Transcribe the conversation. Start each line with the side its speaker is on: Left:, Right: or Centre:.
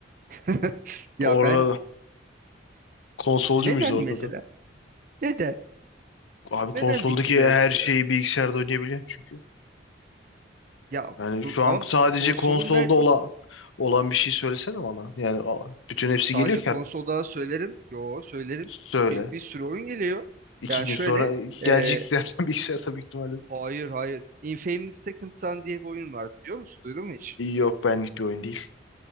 Right: <laughs> Ya
Left: Orada
Right: ben
Left: da konsolcu
Right: neden
Left: muyuz orada
Right: mesela?
Left: da?
Right: Neden?
Left: Abi konsoldaki
Right: Neden bilgisayar
Left: her
Right: mesela?
Left: şeyi bilgisayarda oynayabiliyorum çünkü.
Right: Ya
Left: Yani
Right: bu
Left: şu an
Right: ama
Left: sadece
Right: konsolun
Left: konsolda
Right: verdiği
Left: olan olan bir şey söylesene bana. Yani a- bütün hepsi
Right: Sadece
Left: geliyor ki
Right: konsolda
Left: artık.
Right: söylerim. Yo söylerim.
Left: Söyle.
Right: Bir, bir sürü oyun geliyor.
Left: İki
Right: Yani
Left: gün
Right: şöyle
Left: sonra gelecek
Right: e,
Left: zaten <laughs> bilgisayar tabii ihtimalle.
Right: hayır hayır. Infamous Second Son diye bir oyun var biliyor musun? Duydun mu hiç?
Left: Yok benlik bir oyun değil.